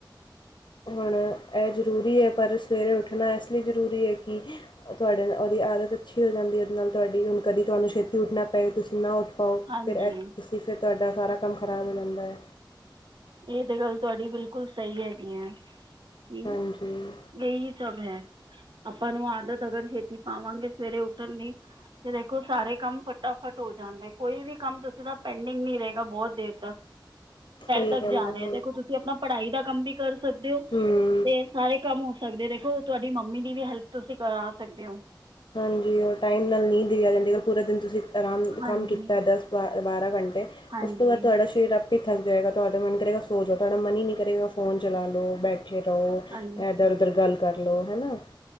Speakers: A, on the left; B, on the right.
A: ਹੁਣ ਐ ਜ਼ਰੂਰੀ ਹੈ ਪਰ ਸਵੇਰੇ ਉੱਠਣਾ ਇਸ ਲਈ ਜ਼ਰੂਰੀ ਹੈ ਕਿ ਤੁਹਾਡੇ ਉਹਦੀ ਆਦਤ ਅੱਛੀ ਹੋ ਜਾਂਦੀ ਹੈ ਉਹਦੇ ਨਾਲ ਤੁਹਾਡੀ ਹੁਣ ਕਦੀ ਤੁਹਾਨੂੰ ਛੇਤੀ ਉੱਠਣਾ ਪਏ ਤੁਸੀਂ ਨਾ ਉੱਠ ਪਾਓ
B: ਹਾਂਜੀ
A: ਫੇਰ ਇਹ ਤੁਸੀ ਤੇ ਫੇਰ ਤੁਹਾਡਾ ਸਾਰਾ ਕੰਮ ਖ਼ਰਾਬ ਹੋ ਜਾਂਦਾ ਹੈ
B: ਇਹ ਤੇ ਗੱਲ ਤੁਹਾਡੀ ਬਿਲਕੁਲ ਸਹੀ ਹੈਗੀ ਐਂ ਕੀ
A: ਹਾਂਜੀ
B: ਏਹੀ ਸਭ ਹੈ ਆਪਾਂ ਨੂੰ ਆਦਤ ਅਗਰ ਛੇਤੀ ਪਾਵਾਂਗੇ ਸਵੇਰੇ ਉੱਠਣ ਲਈ ਤੇ ਦੇਖੋ ਸਾਰੇ ਕੰਮ ਫਟਾਫਟ ਹੋ ਜਾਂਦੇ ਕੋਈ ਵੀ ਕੰਮ ਤੁਸੀਂ ਦਾ ਪੈਂਡਿੰਗ ਨੀ ਰਹੇਗਾ ਬਹੁਤ ਦੇਰ ਤਕ
A: <inaudible>
B: ਤੱਕ
A: ਗੱਲ
B: ਜਾ ਰਹੇ
A: ਹੈ
B: ਦੇਖੋ ਤੁਸੀਂ ਆਪਣਾ ਪੜ੍ਹਾਈ ਦਾ ਕੰਮ ਵੀ ਕਰ ਸਕਦੇ ਹੋ
A: ਹਮ
B: ਤੇ ਸਾਰੇ ਕੰਮ ਹੋ ਸਕਦੇ ਦੇਖੋ ਤੁਹਾਡੀ ਮੰਮੀ ਦੀ ਵੀ ਹੈਲਪ ਤੁਸੀਂ ਕਰਾ ਸਕਦੇ ਹੋ
A: ਹਾਂਜੀ ਹੋਰ ਟਾਈਮ ਨਾਲ ਨੀਂਦ ਵੀ ਆ ਜਾਂਦੀ ਅਗਰ ਪੂਰਾ ਦਿਨ ਤੁਸੀਂ ਆਰਾਮ
B: ਹਾਂਜੀ
A: ਕੰਮ ਕੀਤਾ ਦਸ ਬਾਂ ਬਾਰਾਂ ਘੰਟੇ
B: ਹਾਂਜੀ
A: ਉਸ ਤੋਂ ਬਾਅਦ ਤੁਹਾਡਾ ਸ਼ਰੀਰ ਆਪ ਹੀ ਥੱਕ ਜਾਏਗਾ ਤੁਹਾਡਾ ਮਨ ਕਰੇਗਾ ਸੋ ਜਾਓ ਤੁਹਾਡਾ ਮਨ ਹੀ ਨਹੀਂ ਕਰੇਗਾ ਫੋਨ ਚਲਾ ਲਓ ਬੈਠ ਕਠੇ ਰ‌ਓ।
B: ਹਾਂਜੀ
A: ਏਧਰ ਓਧਰ ਗੱਲ ਕਰ ਲੋ ਹਨਾ।